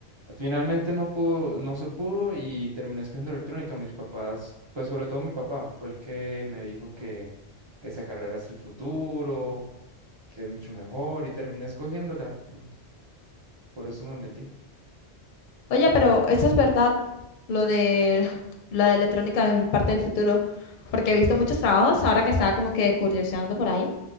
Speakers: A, on the right; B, on the left.
A: finalmente no pudo, no se pudo y terminé escogiendo electrónica. Mis papás, pues sobre todo mi papá, fue el que me dijo que, que esa carrera es el futuro que es mucho mejor y terminé escogiéndola. mm, Por eso me metí.
B: Oye, pero eso es verdad, lo de la electrónica es parte del futuro, porque he visto muchos trabajos ahora que estaba como que curioseando por ahí